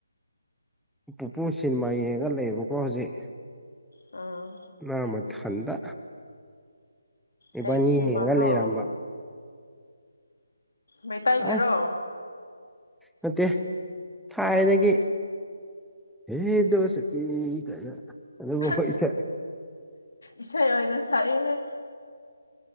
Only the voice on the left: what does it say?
ꯑꯥ
ꯀꯩ ꯁꯤꯅꯦꯃꯥꯅꯣ
ꯃꯩꯇꯩ ꯒꯤꯔꯣ
ꯑꯁ
ꯏꯁꯩ ꯑꯣꯏꯅ ꯁꯛꯏꯦꯍꯦ